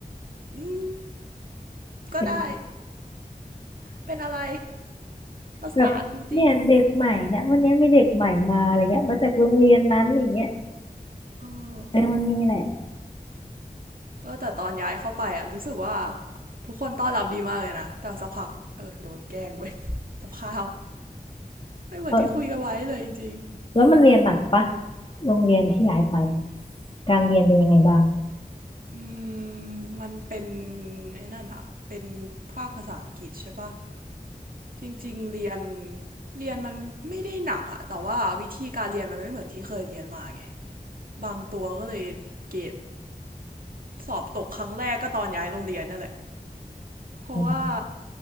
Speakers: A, on the right (about 65°); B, on the left (about 35°).
A: อืม
B: ๆเป็น
A: ก็ได้เป็นอะไรประสาทจริง
B: แบบเนี่ยเด็กใหม่เนี่ยวันนี้มีเด็กใหม่มาอะไรเงี้ยมาจากโรงเรียนนั้นอย่างเงี้ย
A: ๆเออ
B: เออมันมีแหละ
A: เออแต่ตอนย้ายเข้าไปอะรู้สึกว่าทุกคนต้อนรับดีมากเลยนะแต่สักพักเออโดนแกล้งเว้ย <laughs> สภาพไม่เหมือนที่คุยกันไว้เลยจริง
B: เออแล้วมันเรียนหนักปะโรงเรียนที่ย้ายไปอะ
A: ๆ
B: การเรียนเป็นยังไงบ้าง
A: อืมมันเป็นไอ้นั่นอะเป็นภาคภาษาอังกฤษใช่ปะ จริงๆเรียนเรียนมันไม่ได้หนักอะแต่ว่าวิธีการเรียนมันไม่เหมือนที่เคยเรียนมาไงบางตัวก็เลยเกรดสอบตกครั้งแรกก็ตอนย้ายโรงเรียนนั่นแหละเพราะว่า
B: อืม